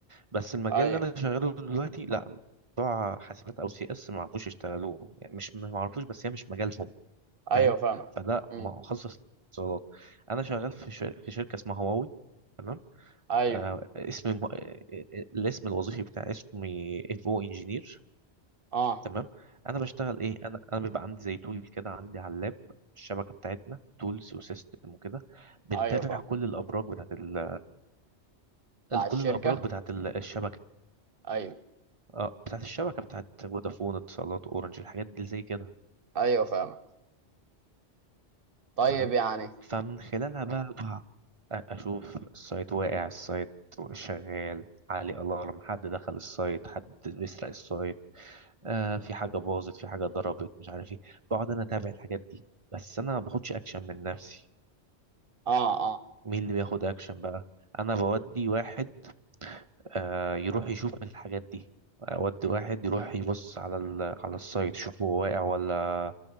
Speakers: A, on the right; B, on the right.
A: بس المجال
B: ايوه
A: اللي انا شغاله دلوقتي لا بتوع حاسبات او سي اس ما عرفوش يشتغلوه يعني مش ما عرفوش بس هي مش مجالهم فاهم
B: ايوه فاهمك
A: فده
B: امم
A: مخصص اتصالات انا شغال في شر... في شركه اسمها هواوي تمام
B: ايوه
A: آه اسمي م... آه، آه، آه، الاسم الوظيفي بتاعي اسمي انفو انجينير
B: اه
A: تمام انا بشتغل ايه انا انا بيبقى عندي زي تول كده عندي على اللاب الشبكه بتاعتنا تولز وسيستم وكده بنتابع
B: ايوه فاهمك
A: كل الابراج بتاعت ال...
B: بتاع
A: ال-
B: الشركة
A: كل الابراج بتاعت ال- الشبكه
B: ايوه
A: اه بتاعت الشبكه بتاعت فودافون اتصالات اورنج الحاجات دي زي كده
B: ايوه فاهمك طيب
A: تمام
B: يعني
A: فمن خلالها بقى بقى أ- اشوف السايت واقع السايت شغال عليه الارم حد دخل السايت حد بيسرق السايت آه في حاجة باظت في حاجة ضربت مش عارف ايه بقعد انا اتابع الحاجات دي بس انا ما باخدش اكشن من نفسي
B: اه اه
A: مين اللي بياخد اكشن بقى انا بودي واحد آه يروح يشوف الحاجات دي اودي واحد يروح يبص على ال... على السايت يشوفه هو واقع ولا